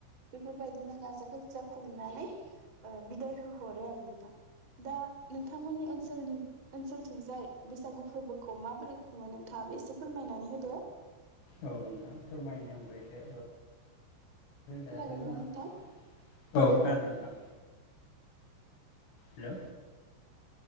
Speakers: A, on the right; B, on the left.
A: बेफोरबायदिनो गाजा गोमजा खुंनानै ओ बिदाय होहरो आरो नोंथां दा नोंथांमोननि ओसोलनि ओनसोलथिंजाय बैसागु फोरबो खौ माबोरै खुङो नोंथाङाबो एसे फोरमायनानै होदो।
B: औ नोंथां फोरमायनो आबो एसे
A: खोनादोंना
B: दासो बुंलांदोंमोन
A: नोंथां?
B: औ खोनादों नोंथां हेल'